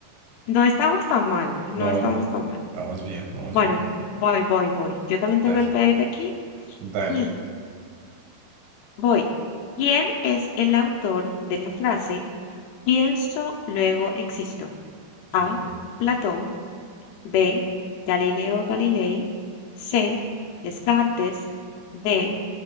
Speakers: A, on the left; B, on the right.
A: No estamos tan mal, no
B: No,
A: estamos tan mal.
B: vamos bien, vamos
A: Bueno,
B: bien.
A: voy, voy, voy. Yo también tengo
B: Dale.
A: el PDF aquí
B: Dale.
A: y voy. ¿Quién es el autor de la frase pienso, luego existo? A.
B: Ok,
A: Platón. B. Galileo Galilei. C. Descartes. D.